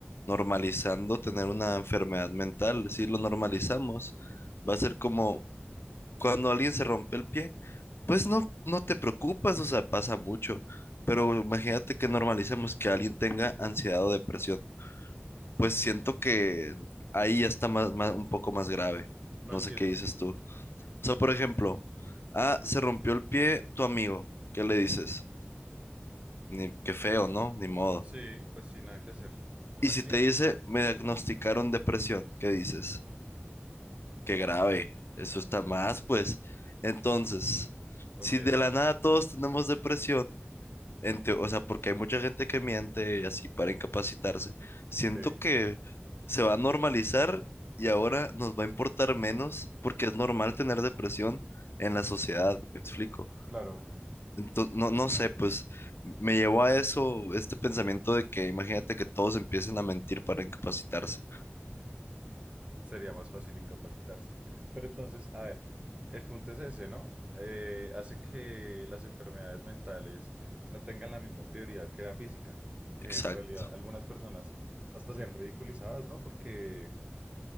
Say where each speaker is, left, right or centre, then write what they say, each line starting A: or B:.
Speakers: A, on the left; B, on the right.
A: normalizando tener una enfermedad mental. Si lo normalizamos, va a ser como cuando alguien se rompe el pie, pues no, no te preocupas, o sea, pasa mucho. Pero imagínate que normalicemos que alguien tenga ansiedad o depresión. Pues siento que ahí ya está más, más- un poco más grave.
B: No
A: No
B: entiendo.
A: sé qué dices tú. O sea, por ejemplo, ah, se rompió el pie tu amigo. ¿Qué le dices? Ni, qué feo, ¿no? Ni modo.
B: Sí, pues sin nada que hacer. Fue
A: Y
B: un accidente.
A: si te dice, me diagnosticaron depresión, ¿qué dices? Qué grave. Eso está más, pues. Entonces,
B: Ok,
A: si de la nada todos tenemos depresión, en teo- o sea, porque hay mucha gente que miente y así para incapacitarse. Siento
B: sí,
A: que se va a normalizar y ahora nos va a importar menos porque es normal tener depresión en la sociedad, me explico.
B: claro.
A: Entonces, no, no sé, pues me llevó a eso, este pensamiento de que imagínate que todos empiecen a mentir para incapacitarse.
B: sería más fácil incapacitarse. Pero entonces, a ver, el punto es ese, ¿no? Eh, hace que las enfermedades mentales no tengan la misma prioridad que la física y que
A: Exacto.
B: en realidad algunas personas hasta sean ridiculizadas, ¿no? Porque,